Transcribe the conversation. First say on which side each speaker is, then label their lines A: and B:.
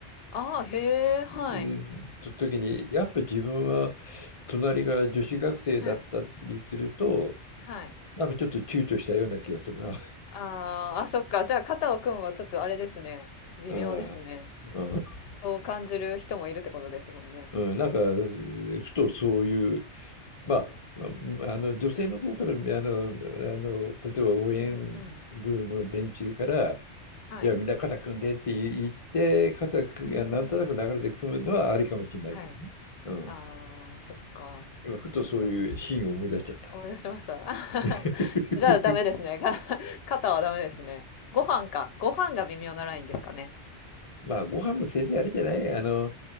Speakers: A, on the left (about 60°); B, on the left (about 35°).
A: ああ、へえ、はい。
B: えーと時に、やっぱ自分は隣が女子学生だったりすると、
A: はい。はい。
B: なんかちょっと躊躇したような気がするな。
A: あーあ、そっか。じゃあ、肩を組むはちょっとあれですね。
B: <laughs>
A: 微妙ですね。
B: うん。うん
A: そう感じる人もいるってことですもんね。
B: うん、なんか、ふとそういう、まあ、まああの女性の方からあのあの例えば応援部の連中から
A: うんうん。はい。
B: じゃあみんな肩組んでって言って肩がなんとなく流れて組むのはありかもしれないけどねうん。
A: うんうん。はい。ああ、そっか。
B: 今ふとそういうシーンを思い出しちゃった。
A: そ <laughs> 思い出しました。<laughs>
B: <laughs>
A: じゃあダメですね。か <laughs> 肩はダメですね。ご飯か。ご飯が微妙なラインですかね。
B: まあ、ご飯もせいぜいあれじゃない、あの、